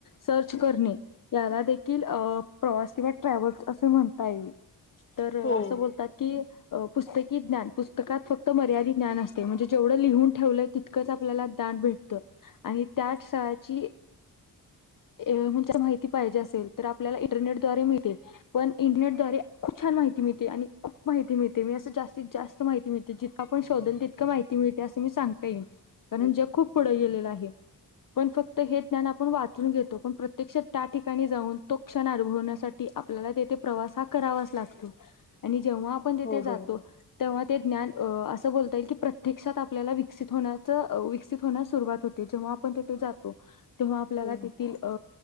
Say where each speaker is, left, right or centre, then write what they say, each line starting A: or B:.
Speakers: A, on the left; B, on the left.
A: सर्च करणे याला देखील अ प्रवास किंवा ट्रॅव्हल्स असे म्हणता येईल तर
B: हो.
A: असं बोलतात की पुस्तक ज्ञान पुस्तकात फक्त मर्यादित ज्ञान असते म्हणजे जेवढ लिहून ठेवलंय तितकंच आपल्याला दान भेटत आणि त्याच शाळांची म्हणजे माहिती पाहिजे असेल तर आपल्याला इंटरनेट दवारे मिळते पण इंटरनेटद्वारे खूप छान माहिती मिळते आणि खूप माहिती मिळते मी अस जास्तीत जास्त माहिती मिळते जितकं आपण शोधल तितकां माहिती मिळते जसं मी सांगते तर
B: हो
A: म्हणजे खूप पुढ गेलेल आहे पण फक्त हे ज्ञान आपण वाचून घेतो पण प्रत प्रत्यक्ष त्या ठिकाणी जाऊन तो क्षण अनुभवण्यासाठी आपल्याला तेथे प्रवास हा करावाच लागतो आणि जेव्हा आपण तिथे
B: हो
A: जातो
B: बरोबर.
A: तेव्हा ते ज्ञान अ असं बोलता येईल की प्रत्यक्षात आपल्याला विकसित होण्याच <inaudible> विकसित होण्यास सुरुवात होते जेव्हा आपण जातो तेव्हा आपल्याला
B: हो.
A: तेथ अ